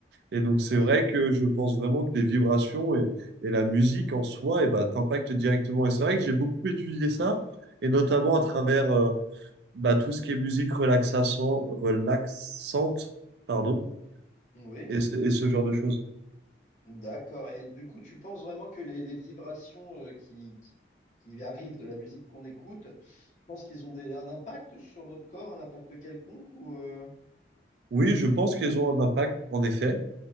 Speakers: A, on the right (about 70°); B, on the left (about 45°).
A: Et donc c'est
B: bien
A: vrai
B: sûr.
A: que je pense vraiment que les vibrations et, et la musique en soi, et ben, t'impactent directement. Et c'est vrai que j'ai beaucoup étudié ça, et notamment à travers euh, bah, tout ce qui est musique relaxation, relaxante, pardon,
B: Oui,
A: et, ce et ce genre de choses.
B: d'accord. Et du coup, tu penses vraiment que les, les vibrations euh, qui, qui, qui arrivent de la musique qu'on écoute, tu penses qu'ils ont des, un impact sur notre corps, un impact quelconque ou euh,
A: Oui, je pense qu'elles ont un impact, en effet,